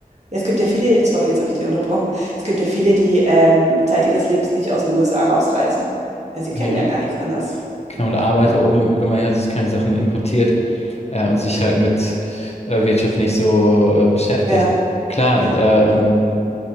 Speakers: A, on the right; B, on the left.
A: es gibt ja viele, sorry, jetzt habe ich dich unterbrochen, es gibt ja viele, die ähm, Zeit ihres Lebens nicht aus den USA rausreisen. Also sie
B: Ja,
A: kennen ja gar nichts anderes.
B: genau, und Arbeiter
A: Ja,
B: ohne, wenn man halt jetzt keine Sachen importiert äh, und sich halt mit äh, Wirtschaft nicht so äh, beschäftigt.
A: ja,
B: Klar,
A: ja,
B: ähm,